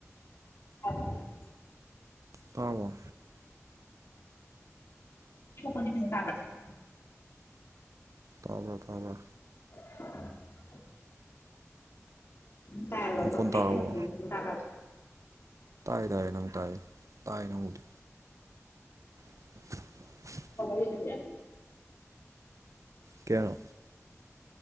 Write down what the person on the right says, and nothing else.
ꯇꯕꯣ
ꯇꯕ ꯇꯥꯕ
ꯃꯈꯣꯟ
ꯇꯥꯔꯕꯣ
ꯇꯥꯏ ꯇꯥꯏ ꯅꯪ ꯇꯥꯏꯌꯦ ꯇꯥꯏ ꯅꯪꯕꯨꯗꯤ <unintelligible>
ꯀꯦꯔꯣ